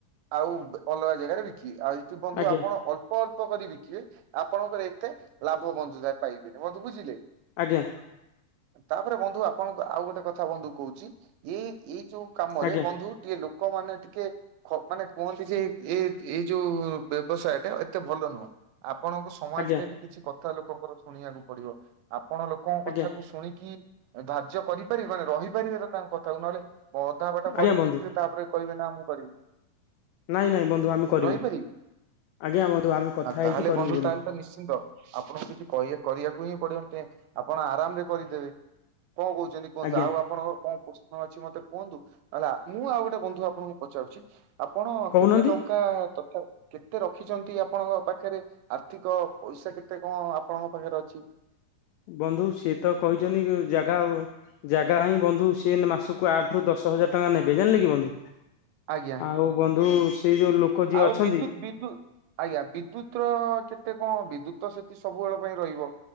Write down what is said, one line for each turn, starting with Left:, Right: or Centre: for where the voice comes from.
Right: ଆଉ ଅଲଗା ଜାଗାରେ ବିକିବେ ଆଉ ଏଠୁ ବନ୍ଧୁ
Left: ଆଜ୍ଞା
Right: ଆପଣ ଅଳ୍ପ ଅଳ୍ପ କରି ବିକିବେ ଆପଣଙ୍କର ଏତେ ଲାଭ ବନ୍ଧୁଏ ପାଇବେନି ବନ୍ଧୁ ବୁଝିଲେ
Left: ଆଜ୍ଞା
Right: ତାପରେ ବନ୍ଧୁ ଆପଣଙ୍କୁ ଆଉ ଗୋଟେ କଥା ବନ୍ଧୁ କହୁଛି ଏ ଏଇ ଯୋଉ କାମରେ
Left: ଆଜ୍ଞା
Right: ବନ୍ଧୁ ଟିଏ ଲୋ ଲୋକ ମାନେ ଟିକେ ମାନେ କୁହନ୍ତି ଯେ ଏ ଏଇ ଯୋଉ ବ୍ୟବସାୟ ଟା ଏତେ ଭଲ ନୁହଁ ଆ ଆପଣଙ୍କୁ ସମାଜରେ
Left: ଆଜ୍ଞା
Right: ବି କିଛି କଥା ଲୋକଙ୍କର ଶୁଣିବାକୁ ପଡିବ ଆପଣ ଲୋକଙ୍କ
Left: ଆଜ୍ଞା
Right: କଥାକୁ ଶୁଣିକି ଧାର୍ଯ୍ୟ କରିପାରିବେ ମାନେ ରହିପାରିବେ ତ ତାଙ୍କ କଥାକୁ ନହେଲେ ଅଧା ବାଟ
Left: ଆଜ୍ଞା
Right: କରିଦେଇଥିବେ
Left: ବନ୍ଧୁ
Right: ତାପରେ କହିବେ ନା ମୁଁ କରିବି
Left: ନାଇଁ ନାଇଁ ବନ୍ଧୁ ଆମେ କରିବୁ
Right: ରହିପାରିବେ
Left: ଆଜ୍ଞା ବନ୍ଧୁ ଆମେ କଥା ହେଇଛୁ
Right: ତାହେଲେ
Left: କରିବୁ
Right: ବନ୍ଧୁ
Left: ବୋଲି
Right: ତାହେଲେ ତ ନିଶ୍ଚିନ୍ତ ଆପଣଙ୍କୁ କିଛି କହିବାକୁ ଆପଣ ଆରାମରେ କରିଦେବେ କଣ କହୁଛନ୍ତି କୁହନ୍ତୁ
Left: ଆଜ୍ଞା
Right: ଆଉ ଆପଣଙ୍କ କଣ? ପ୍ରଶ୍ନ ଅଛି ମତେ କୁହନ୍ତୁ ନହଲେ ଆ-ମୁଁ ଆଉ ଗୋଟେ ବନ୍ଧୁ ଆପଣଙ୍କୁ ପଚାରୁଛି ଆପଣ
Left: କହୁନାହାନ୍ତି।
Right: କେତେ ଟଙ୍କା- କେତେ ରଖିଛନ୍ତି ଆପଣଙ୍କ ପାଖରେ ଆର୍ଥିକ ପଇସା କେତେ କଣ ଆପଣଙ୍କ ପାଖରେ ଅଛି?
Left: ବନ୍ଧୁ ସିଏ ତ କହିଛନ୍ତି ଜାଗା ଆଉ-ଜାଗା ପାଇଁ ବନ୍ଧୁ ସେ ମାସକୁ ଆଠ ରୁ ଦଶ ଛ ହଜାର ଟଙ୍କା ନେବେ ଜାଣିଲେ କି ବନ୍ଧୁ
Right: ଆଜ୍ଞା
Left: ଆଉ ବନ୍ଧୁ ସେଇ ଯୋଉ ଲୋକ ଯିଏ
Right: ଆଉ
Left: ଅଛନ୍ତି
Right: ବିଦ୍ୟୁତ ବିଦ୍ୟୁ-ଆଜ୍ଞା ବିଦ୍ୟୁତ ର କେ- ଏତେ କଣ ବିଦ୍ୟୁତ ସେତି ସବୁବେଳ ପାଇଁ ରହିବ।